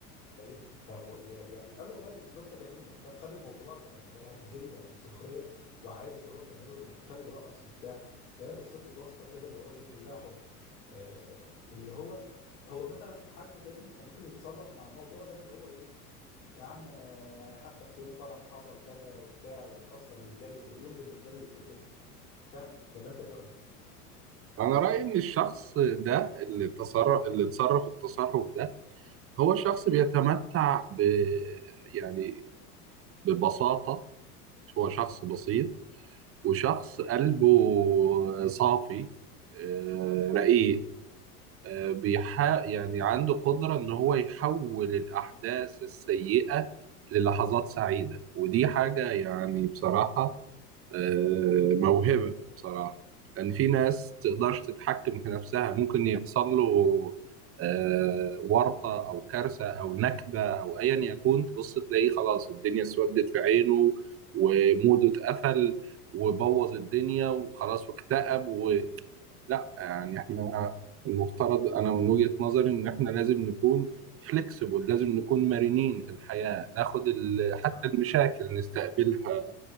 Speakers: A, on the left; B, on the right.
A: فايه ف... و... و... وقال قال والله التورته جميله فاهم خد الموضوع ب... بهزليه وبسخريه وعادي اللي هو كملوا الاحتفال ورقص وبتاع فهي بصت له بصه كده اللي هو ايه كلها حب آه... اللي هو هو مثلا حد تاني كان ممكن يتصرف مع الموضوع ده اللي هو ايه يا عم آه، يعني حتى في يوم فرحي حصل كذا وبتاع ويتأثر ويتضايق واليوم بالنسبة له يتقفل فاهم ولا انت ايه رأيك؟
B: أنا رأيي إن الشخص ده اللي تصرف اللي تصرف التصرف ده هو شخص بيتمتع ب يعني ببساطة هو شخص بسيط وشخص قلبه صافي آه، رقيق آه، بيحا يعني عنده قدرة إن هو يحول الأحداث السيئة للحظات سعيدة ودي حاجة يعني بصراحة آه، موهبة بصراحة لأن في ناس تقدرش تتحكم في نفسها ممكن يحصل له آه، ورطة أو كارثة أو نكبة أو أيا يكون تبص تلاقيه خلاص الدنيا اسودت في عينه وموده اتقفل وبوظ الدنيا وخلاص واكتئب ولا يعني احنا المفترض أنا من وجهة نظري إن احنا لازم نكون فليكسبل لازم نكون مرنين في الحياة ناخد ال-
A: عندك
B: حتى
A: حق
B: المشاكل نستقبلها